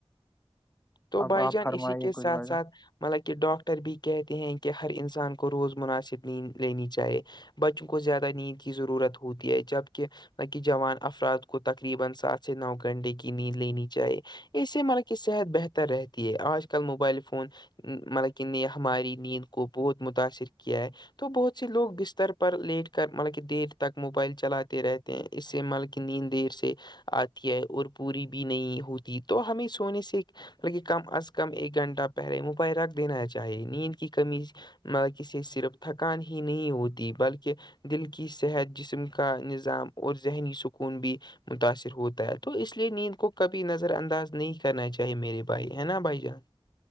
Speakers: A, on the left (about 45°); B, on the left (about 20°).
A: تو
B: اب
A: بھائی
B: آپ
A: جان
B: فرمائیے
A: اسی کے ساتھ
B: کچھ بھائی جان
A: ساتھ مطلب کہ ڈاکٹر بھی کہتے ہیں کہ ہر انسان کو روز مناسب نہیں لینی چاہیے بچوں کو زیادہ نیند کی ضرورت ہوتی ہے جبکہ نہ کہ جوان افراد کو تقریبا سات سے نو گھنٹے کی نیند لینی چاہی اس سے مطلب کہ صحت بہتر رہتی ہے آج کل موبائل فون مطلب کہ نے ہماری نیند کو بہت متاثر کیا ہے تو بہت سے لوگ بستر پر لیٹ کر مطلب کہ دیر تک موبائل چلاتے رہتے ہیں اس سے مالل کی نین دیر سے آتی ہے اور پوری بھی نہیں ہوتی تو ہمیں سونے سے لن کم از کم ایک گھنٹہ پہلے مبائی رکھ دینا چاہیے نیند کی کمی کسی صرف تھکان ہی نہیں ہوتی بلکہ دل کی صحت جسم کا نظام اور ذہنی سکون بھی متاثر ہوتا ہے تو اس لیے نیند کو کبھی نظر انداز نہیں کرنا چاہیے کہی میری بائی ہے نا بھائی جان